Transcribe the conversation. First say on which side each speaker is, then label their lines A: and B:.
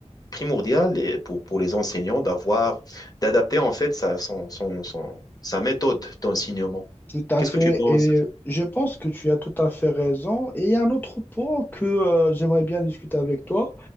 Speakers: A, on the left; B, on the left.
A: primordial et pour, pour les enseignants d'avoir, d'adapter en fait sa, son, son, son- sa méthode d'enseignement.
B: Tout à
A: Qu'est-ce
B: fait,
A: que tu penses?
B: et je pense que tu as tout à fait raison. Et il y a un autre point que euh, j'aimerais bien discuter avec toi.